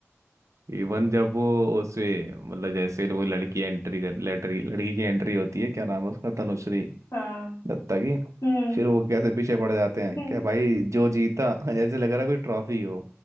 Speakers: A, on the right; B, on the left.
A: इवन जब वो उसे मतलब जैसे वो लड़की एंट्री कर लड़की लड़की की एंट्री होती है क्या नाम है उसका तनुश्री
B: हाँ
A: दत्ता की
B: हम्म
A: फिर वो कैसे पीछे पड़ जाते हैं
B: <laughs>
A: क्या भाई जो जीता <laughs> जैसे लग रहा है कोई ट्रॉफी हो